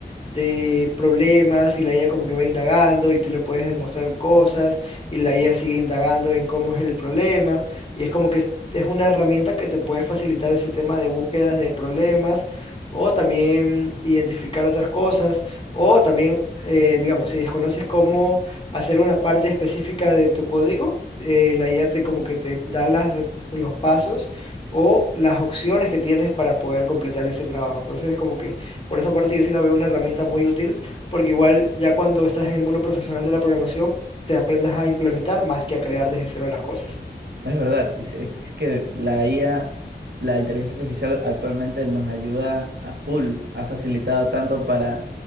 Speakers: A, on the left; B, on the right.
A: de problemas y la IA como que va indagando y tú le puedes demostrar cosas y la IA sigue indagando en cómo es el problema y es como que es es una herramienta que te puede facilitar ese tema de búsquedas de problemas o también identificar otras cosas o también, eh, digamos, si desconoces cómo hacer una parte específica de tu código, eh, la IA te como que te da las, re- los pasos o las opciones que tienes para poder completar ese trabajo. Entonces, como que por esa parte yo sí la veo una herramienta muy útil, porque igual ya cuando estás en el mundo profesional de la programación, te aprendas a implementar más que a crear desde cero las cosas.
B: es verdad. y se- Es, que la IA, la inteligencia artificial actualmente nos ayuda a full, ha facilitado tanto para